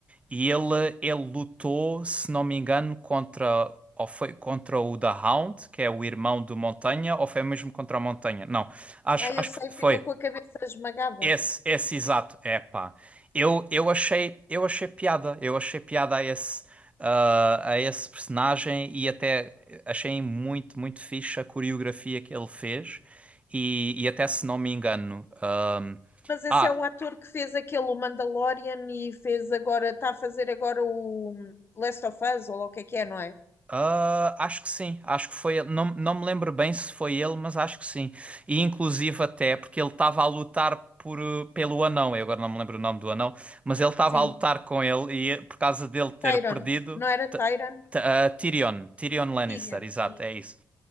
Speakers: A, on the right; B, on the left.
A: E ele, ele lutou, se não me engano, contra ou foi contra o The Hound, que é o irmão do Montanha, ou foi mesmo contra a Montanha? Não, acho,
B: Ah, eu
A: acho
B: sei,
A: que foi
B: ficou com a cabeça esmagada.
A: esse, esse exato. Epá, eu, eu achei, eu achei piada, eu achei piada a esse, ah, a esse personagem e até achei muito, muito fixe a coreografia que ele fez. E, e até se não me engano, ah,
B: Mas esse
A: ah,
B: é o ator que fez aquele o Mandalorian e fez agora, está a fazer agora o Last of Us, ou lá o que é que é, não é?
A: Ah, acho que sim, acho que foi ele. Não, não me lembro bem se foi ele, mas acho que sim. E inclusive até porque ele estava a lutar por, eh, pelo anão, eu agora não me lembro o nome do anão, mas ele estava
B: Sim,
A: a lutar com ele e eh, por causa dele ter
B: Tyron.
A: perdido,
B: Não era Tyron?
A: T- T- ah, Tyrion, Tyrion Lannister,
B: Tyrion.
A: exato,
B: É isso.
A: é isso.